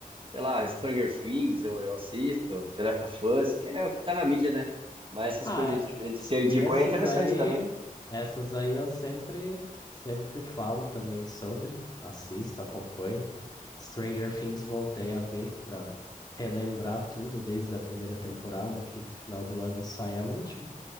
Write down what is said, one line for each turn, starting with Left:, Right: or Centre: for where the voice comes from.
Right: Sei lá, Stranger Things, eu, eu assisto, The Last of Us, que é o que tá na mídia, né? Mas essas
Left: Ah,
Right: coisas
Left: é,
Right: diferentes
Left: s-
Right: que você indicou
Left: esses
Right: é interessante
Left: aí,
Right: também.
Left: essas aí eu sempre, sempre falo também sobre, assisto, acompanho. Stranger Things voltei a ver pra relembrar tudo desde a primeira temporada,
Right: É.
Left: que final do ano sai a última.